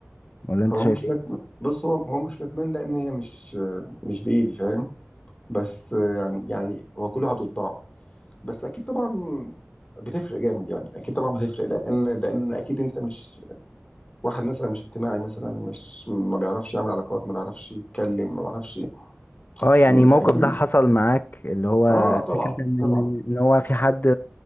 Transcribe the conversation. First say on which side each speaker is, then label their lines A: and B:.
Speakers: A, on the left; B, on the left.
A: ولا انت
B: هو
A: شايف
B: مش
A: ايه
B: ندمان بص هو هو مش ندمان لان هي مش مش بايدي فاهم بس يعني يعني هو كل واحد وطباعه بس اكيد طبعا بتفرق جامد يعني اكيد طبعا بتفرق لان لان اكيد انت مش واحد مثلا مش اجتماعي مثلا مش ما بيعرفش يعمل علاقات ما بيعرفش يتكلم ما بيعرفش
A: اه يعني
B: م-
A: الموقف
B: اكيد
A: ده حصل معاك اللي هو
B: اه طبعا
A: فكرة ان
B: طبعا
A: ان هو في حد